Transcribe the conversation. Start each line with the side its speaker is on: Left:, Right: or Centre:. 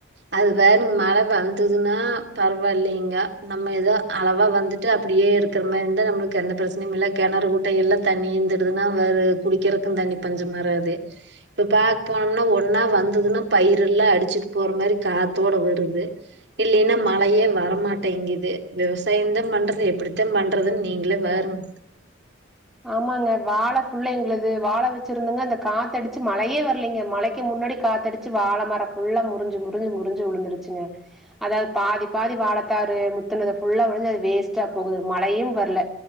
Right: அது வேற மழ வந்துதுன்னா பரவா இல்லைங்க நம்ம ஏதோ அளவா வந்து ட்டு அப்டியே இருக்கிற மாரி இந்தா நம்மளுக்கு எந்த பிரச்சனையும் இல்ல கிணறு குட்டை இல்ல தண்ணி இருந்துடுதுன்னா வரு குடிக்கிறக்கு தண்ணி பஞ்சம் வராது இப்ப பாக் போனோம்னா ஒன்னா வந்துதுன்னா பயிரு எல்லா அடிச்சிட்டு போற மாரி காத்தோட வருது இல்லேன்னா மழையே வரமாட்டேங்குது விவசாயந்தா பண்றது எப்டித்தா பண்றதுன்னு நீங்களே பாருங்
Centre: ஆமாங்க வாழை ஃபுல்ல எங்களுது வாழ வச்சிருந்தோங்க அந்த காத்தடிச்சு மழையே வரலேங்க மழைக்கு முன்னாடி காத்தடிச்சு சு வாழ மர ஃபுல்லா முறுஞ்சு முறுஞ்சு முறுஞ்சு உழுந்துருச்சுங்க அதாவுது பாதி பாதி வாழைத்தாறு முத்துனதது ஃபுல்லா விழுந்து அது வேஸ்டா போகுது மழயு வரல